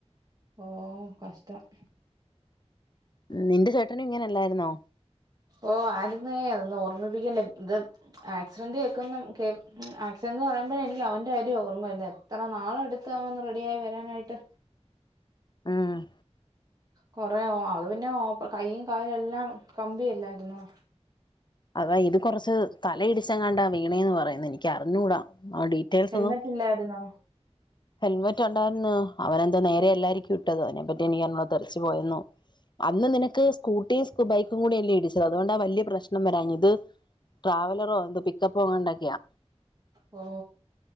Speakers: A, on the right; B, on the left.
A: ഓ കഷ്ടം
B: നിന്റെ ചേട്ടനും ഇങ്ങനെല്ലാരുന്നോ
A: ഓ ആരുന്നെ അതൊന്നും ഓർമ്മിപ്പിക്കില്ലേ ഇത് ആക്സിഡന്റ് കേക്ക്ന്ന് കേ ആക്സിഡന്റ് എന്ന് പറയുമ്പോഴെ എനിക്ക് അവന്റെ കാര്യം ഓർമ്മവരുന്നേ എത്ര നാള് എടുത്ത് അവനൊന്ന് റെഡി ആയി വരാനായിട്ട്
B: ആഹ്
A: കൊറെ ഓ അത് പിന്നെ ഓപ്പ കൈയും കാലും എല്ലാം കമ്പിയല്ലായിര്ന്നോ
B: അതാ ഇത് കൊറച്ച് തലയിടിച്ചങ്ങാണ്ടാ വീണേന്ന് പറയുന്നു എനിക്ക് അറിഞ്ഞൂടാ ആ ഡീറ്റെയിൽസ്
A: ഹെൽമെറ്റ്
B: ഒന്നും
A: ഇല്ലായിര്ന്നോ
B: ഹെൽമെറ്റ് ഒണ്ടാര്ന്ന് അവനെന്തോ നേരെ അല്ലാരിക്കും ട്ടത് അയിനെ പറ്റി എനിക്ക് അറിഞ്ഞുടാത്ത ല്ല് പോയന്നോ അന്ന് നിനക്ക് സ്കൂട്ടിയും സ് ബൈക്കും കൂടില്ലേ ഇടിച്ചത് അതുകൊണ്ടാ വല്യാ പ്രശ്ന ഒന്നും വരാഞ്ഞത് ട്രാവലറോ എന്തോ പിക്കപ്പ്ങ്ങണ്ടക്കിയാ
A: ഓ